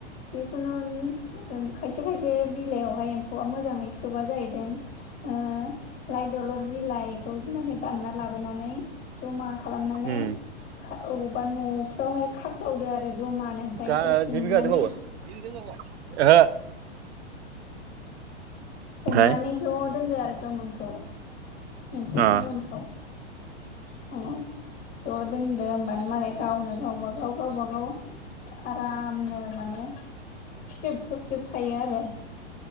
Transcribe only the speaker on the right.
उम
गा
दुइ बिघा दंबावो ओहो ओमफ्राय
अ